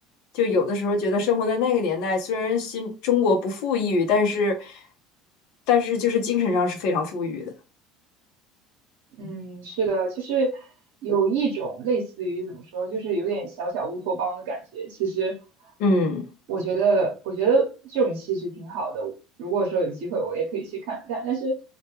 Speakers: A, on the left; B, on the right.
A: 就有的时候觉得生活在那个年代，虽然新中国不富裕，但是但是就是精神上是非常富裕的。
B: 嗯，是的，就是有一种类似于怎么说，就是有点小小乌托邦的感觉。其实，
A: 嗯，
B: 我觉得，我觉得这种戏是挺好的。如果说有机会，我也可以去看看。但是